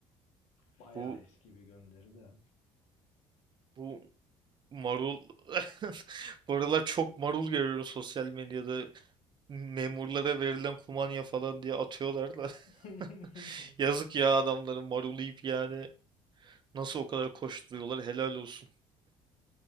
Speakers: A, on the left; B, on the right.
A: Bayağı
B: Bu
A: eski bir gönderi de.
B: bu marul <laughs> bu aralar çok marul görüyorum sosyal medyada. Memurlara verilen kumanya falan diye atıyorlar da.
A: <laughs>
B: <laughs> Yazık ya adamların marul yiyip yani nasıl o kadar koşturuyorlar helal olsun.